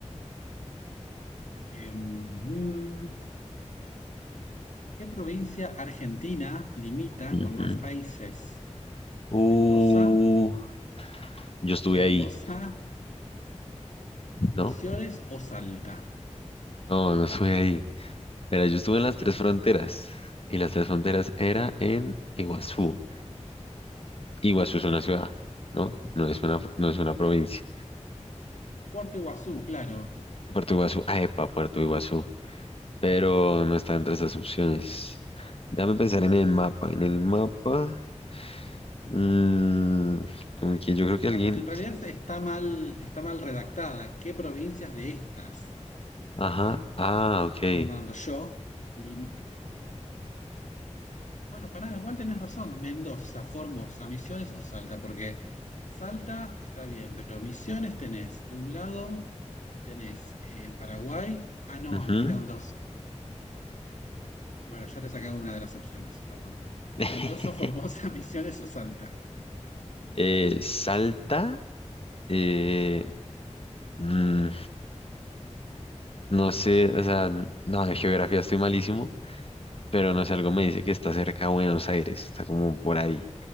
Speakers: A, on the left; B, on the left.
A: Em, mm, ¿qué provincia argentina limita
B: ujú.
A: con más países?
B: Uh,
A: ¿Mendoza?
B: yo estuve
A: Formosa,
B: ahí,
A: Misiones
B: ¿no?
A: o Salta.
B: No, no estuve ahí. Mira, yo estuve en las tres fronteras y las tres fronteras era en Iguazú. Iguazú es una ciudad, ¿no? No es una, no es una provincia.
A: Puerto Iguazú, claro.
B: Puerto Iguazú, ah, epa, Puerto Iguazú, pero no está entre esas opciones. Déjame pensar en el mapa. En el mapa, mm, como que yo creo que alguien,
A: Claro, en realidad está mal, está mal redactada. ¿Qué provincias de estas
B: ajá,
A: que te estoy
B: ah, ok.
A: nombrando yo? limi- Bueno, pará, igual tenés razón. Mendoza, Formosa, Misiones o Salta, porque Salta está bien, pero Misiones tenés. De un lado tenés eh, Paraguay. Ah, no,
B: Ujú.
A: limita con dos. Bueno, ya te he una de las opciones, perdón.
B: <laughs>
A: Mendoza, Formosa, <laughs> Misiones o Salta.
B: Eh, Salta, eh, mm, no sé, o sea, no, en geografía estoy malísimo. pero no sé, algo me dice que está cerca de Buenos Aires, está como por ahí.